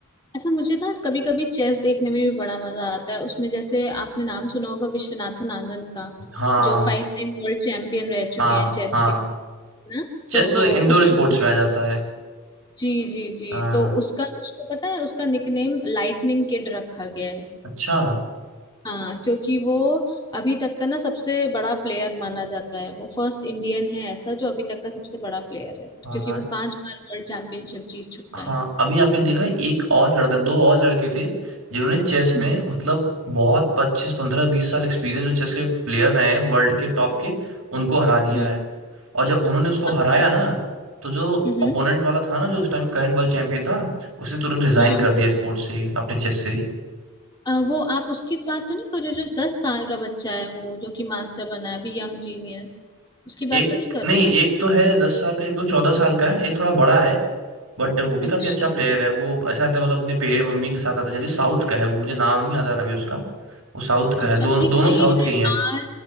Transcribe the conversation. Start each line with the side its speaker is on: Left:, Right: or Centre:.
Left: अच्छा मुझे ना कभी कभी चेस देखने में भी बड़ा मजा आता है उसमें जैसे आपने नाम सुना होगा विश्वनाथन आनंद का
Right: हाँ
Left: जो फाइव टाइम वर्ल्ड चैंपियन रह चुके
Right: हाँ
Left: हैं चेस
Right: हाँ
Left: के है ना
Right: चेस
Left: तो वो
Right: तो इंडोर
Left: उसको
Right: स्पोर्ट्स
Left: पता
Right: में आ जाता है
Left: जी जी जी
Right: हाँ
Left: तो उसका उसको पता है उसका निकनेम लाइटनिंग किड रखा गया है
Right: अच्छा
Left: हाँ क्योंकि वो अभी तक का ना सबसे बड़ा प्लेयर माना जाता है वो फर्स्ट इंडियन है ऐसा जो अभी तक का सबसे बड़ा प्लेयर है
Right: हाँ
Left: क्योंकि वो पांच बार वर्ल्ड चैंपियनशिप जीत चुका
Right: हाँ
Left: है
Right: अभी आपने देखा एक और लड़का दो और लड़के थे जिन्होंने चेस में
Left: हम्म
Right: मतलब बहुत पच्चीस पंद्रह बीस साल एक्सपीरियंस जो चेस के प्लेयर रहे हैं वर्ल्ड के टॉप के उनको हरा दिया
Left: हम्म
Right: है और जब उन्होंने उसको
Left: हाँ,
Right: हराया ना तो जो
Left: हम्म
Right: ओपोनेंट वाला था ना जो उस टाइम करंट वर्ल्ड चैंपियन था उसने तुरंत रिजाइन
Left: हाँ
Right: कर दिया स्पोर्ट्स से ही अपने चेस से ही
Left: अ, वो आप उसकी बात तो नहीं कर रहे हो जो दस साल का बच्चा है वो जो कि मास्टर बना है अभी यंग जीनियस उसकी
Right: एक
Left: बात तो नहीं कर
Right: नहीं
Left: रहे हो
Right: एक तो है दस साल का एक तो चौदह साल का है एक थोड़ा बड़ा है बट वो भी
Left: अच्छा
Right: काफी अच्छा प्लेयर है वो ऐसा आता है मतलब अपने पेड़ मम्मी के साथ आता है जनरली साउथ का है वो मुझे नाम नहीं याद आ रहा अभी उसका वो साउथ का
Left: अच्छा
Right: है दो, दोनों
Left: एक तो ये
Right: साउथ
Left: है
Right: के ही हैं
Left: आर